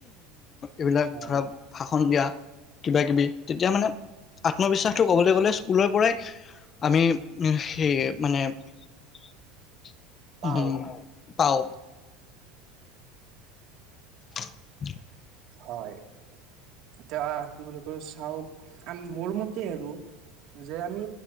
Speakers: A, on the left; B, on the right.
A: এইবিলাক
B: হয়
A: ধৰা ভাষণ দিয়া কিবা কিবি তেতিয়া মানে আত্মবিশ্বাসটো ক'বলৈ গ'লে স্কুলৰ পৰাই আমি সেই মানে উম।
B: পাও
A: তাও <unintelligible>
B: হয়। এতিয়া কি বুলি কো চাওক আ মোৰ মত তে আৰু যে আমি